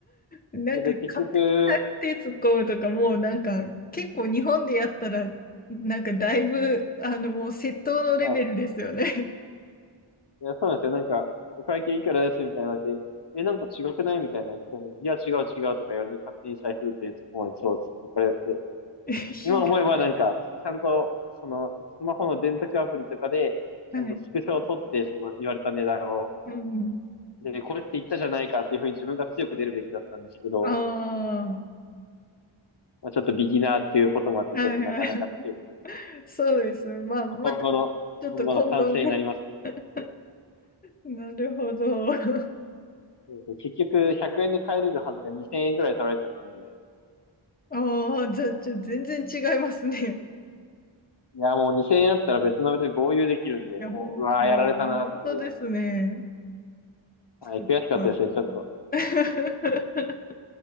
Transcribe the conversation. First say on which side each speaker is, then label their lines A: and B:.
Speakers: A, on the left; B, on the left.
A: なんか勝手に財布手突っ込むとか、
B: それで結局、
A: もうなんか、結構日本でやったら、なんかだいぶ、あの、もう窃盗のレベルですよね。
B: はい。いや、そうなんですよ。なんか、お会計いくらですみたいな言われて、え、なんか違くないみたいな言っても、いや、違う違うとか言われて、勝手に財布って突っ込まれて、そうですね。いっぱいやって。
A: <laughs> ひどい
B: 今思えばなんか、ちゃんと、その、スマホの電卓アプリとかで、
A: はい。
B: ちゃんとスクショを取って、その、言われた値段を、
A: うんうん。
B: で、これって言ったじゃないかっていうふうに自分が強く出るべきだったんですけど、
A: あ
B: まあ、ちょっとビギナーっていうこともあって、
A: あ、
B: ちょっとなかなか強く出る。
A: はいはい。そうです。まあ、また、
B: まあ、今後の、
A: ちょっと今後ね。
B: 今後の賛成になります。
A: <laughs> なるほど。<laughs>
B: そうそう結局、100円で帰れるはずが2000円ぐらい取られちゃったんでね。
A: ああ、じゃあ、ちょ、全然違いますね。
B: いや、もう2000円あったら別の部で合流できるんで、
A: いや、
B: もう、
A: ほん、
B: うわー、
A: う
B: やられたなっていう。
A: ん、本当ですね。
B: はい、
A: そっ
B: 悔しかったですね、ちょっと。
A: か <laughs>